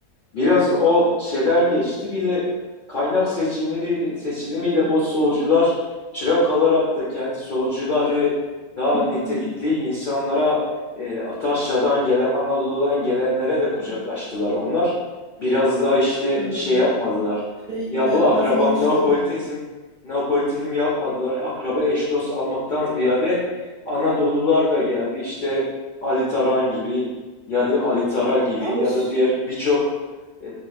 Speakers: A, on the left (about 50°); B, on the right (about 60°).
A: Biraz o şeyden geçti. Bir de kaynak seçimiyle, seçilimiyle o solcular çırak alarak da kendi solcuları daha
B: <clears throat>
A: nitelikli
B: Hmm.
A: insanlara e, Ataşra'dan gelen, Anadolu'dan gelenlere de kucak açtılar onlar. Biraz daha işte
B: Hmm.
A: şey yapmadılar.
B: Şey
A: Ya
B: yelpaze
A: bu akrabam
B: genişledi.
A: neopolitizm, neopolitizm yapmadılar. Akraba eş dost almaktan ziyade Anadolular da geldi. İşte Ali Taran gibi ya da Ali Tara gibi
B: Ama
A: ya
B: ş-
A: da diğer birçok e,